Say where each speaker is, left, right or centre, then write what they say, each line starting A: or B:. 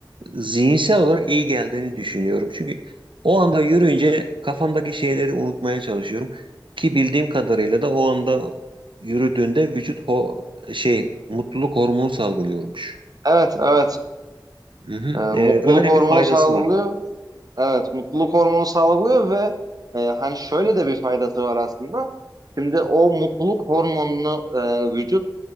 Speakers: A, on the right (about 85°); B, on the right (about 50°).
A: zihinsel olarak iyi geldiğini düşünüyorum. Çünkü o anda yürüyünce kafamdaki şeyleri unutmaya çalışıyorum ki bildiğim kadarıyla da o anda yürüdüğünde vücut ho şey mutluluk hormonu salgılıyormuş.
B: Evet, evet.
A: Hı hı.
B: E, mutluluk
A: E, öyle
B: hormonu
A: bir faydası
B: salgılıyor.
A: var.
B: Evet, mutluluk hormonu salgılıyor ve e, hani şöyle de bir faydası var aslında. Şimdi o mutluluk hormonunu e, vücut